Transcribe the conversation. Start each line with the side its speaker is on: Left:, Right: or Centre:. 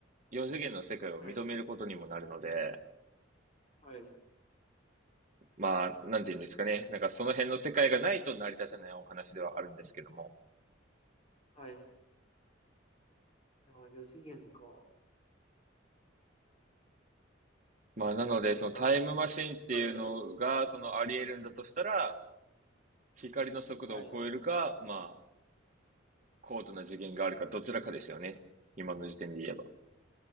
Right: 四次元の世界を認めることにもなるので、
Left: はい、はい、
Right: まあ、なんていうんですかね。なんかその辺の世界がないと成り立たないお話ではあるんですけども。
Left: はい。いや、4次元か。
Right: まあ、なので、そのタイムマシンっていうのが、
Left: あ、はい、
Right: そのあり得るんだとしたら、光の速度を超えるか、
Left: はい。
Right: まあ、高度な次元があるか、どちらかですよね。今の時点で言えば。